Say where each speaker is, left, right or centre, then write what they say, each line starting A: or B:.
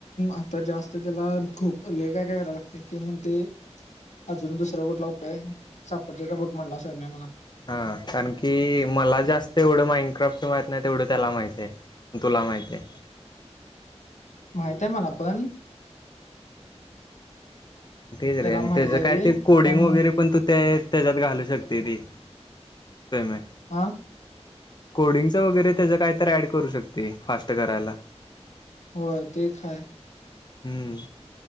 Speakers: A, on the left; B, on the left.
A: आता जास्त त्याला खूप लय काय करायला लागतय ते म्हणते अजून दुसरा कुठला उपाय सापडतोय का बघ म्हणला सोयम्या मला.
B: हा कारण की मला जास्त एवढं माइंक्राफ्टच माहित नाही तेवढं त्याला माहित आहे तुला माहितीये.
A: माहिते आहे मला पण
B: तेच
A: त्याला
B: रे आणि
A: माहित
B: त्याजा
A: आहे
B: काय ते कोडिंग
A: पण
B: वगैरे पण तू त्या त्याच्यात घालू शकते ती सोयम्या
A: हा
B: कोडिंगचं वगैरे त्याचं काय तर ऍड करू शकते फास्ट करायला.
A: होय ते एक हाय
B: हम्म.